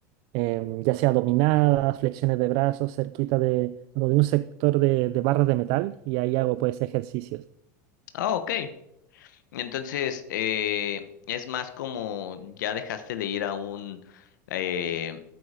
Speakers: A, on the right (about 60°); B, on the left (about 80°).
A: em, ya sea dominadas, flexiones de brazos cerquita de, como de un sector de, de barras de metal y ahí hago pues ejercicios.
B: Ah, ok. Entonces, eh, es más como ya dejaste de ir a un eh,